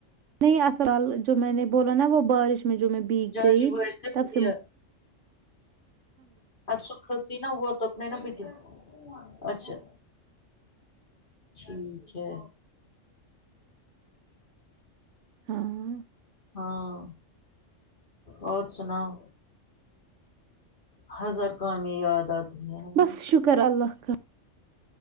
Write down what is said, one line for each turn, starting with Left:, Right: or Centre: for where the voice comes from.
Right: نہیں اصل جو میں نے بولا نا وہ بارش میں جو میں بھیگ
Left: جاجی
Right: گئی
Left: ویسے
Right: تب سے مجھ
Left: اچھا خچ ہی نا ہوا تو اپنے نا پی تیوں اچھا ٹھیک ہے
Right: ہاں
Left: ہاں اور سناؤ ہزار کامیں یاد آتی ہیں ہے
Right: بس
Left: نا
Right: شکر اللہ کا